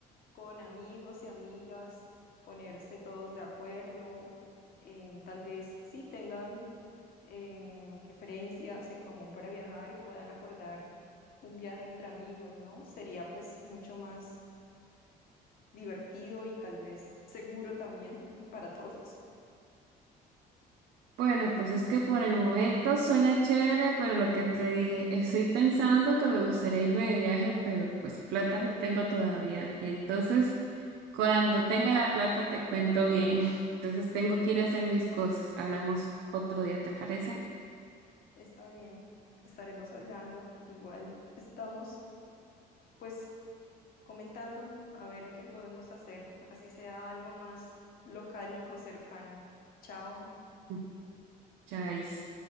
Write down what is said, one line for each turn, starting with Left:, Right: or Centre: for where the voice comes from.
Left: con amigos y amigas, ponerse todos de acuerdo, en, tal vez sí tengan em, preferencias en común para viajar y puedan acordar un viaje entre amigos, ¿no? Sería pues mucho más divertido y tal vez seguro también <laughs> para todos.
Right: Bueno, pues es que por el momento suena chévere, pero lo que te dije, estoy pensando que me gustaría irme de viaje, pero pues plata no tengo todavía. Entonces, cuando tenga la plata te cuento bien. <laughs> Entonces tengo que ir a hacer mis cosas. Hablamos otro día, ¿te parece?
Left: Está bien, estaremos hablando. Igual estamos pues comentando a ver qué podemos hacer, así sea algo más local o cercano. Chao.
Right: Mm. Chais.